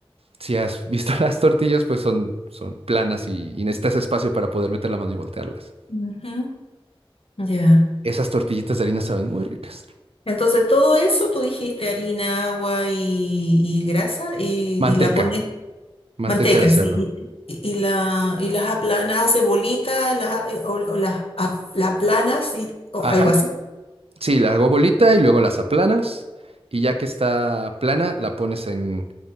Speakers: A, on the right; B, on the left.
A: si has visto <laughs> las tortillas, pues son, son planas y, y necesitas espacio para poder meter la mano y voltearlas.
B: ujú, Ya.
A: Esas tortillitas de harina saben muy ricas.
B: Entonces, todo eso tú dijiste harina, agua y, y grasa y,
A: Manteca,
B: y la pones,
A: manteca
B: manteca,
A: de cerdo.
B: sí, y, y- y la, y las aplanas, haces bolitas, las, a- o, o las, a- las aplanas y, o
A: Ajá.
B: algo así.
A: Sí, la hago bolita y luego las aplanas. Y ya que está plana, la pones en,